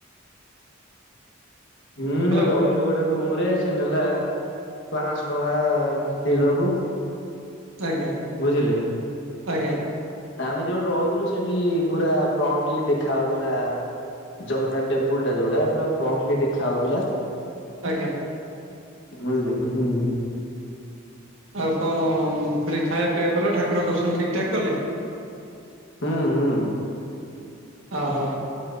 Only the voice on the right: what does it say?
ହ୍ୟାଲୋ
ଆଜ୍ଞା
ଆଜ୍ଞା
ଆଜ୍ଞା
ଆଉ କଣ ସେଠି ଖାଇବା ପିଇବା କଲ ଠାକୁର ଦର୍ଶନ ଠିକ୍ ଠାକ୍ କଲେ।
ଓହୋ